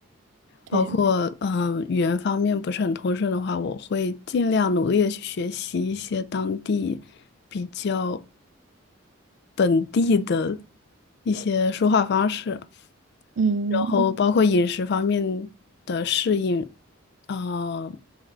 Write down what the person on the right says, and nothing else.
<laughs>？对，
嗯，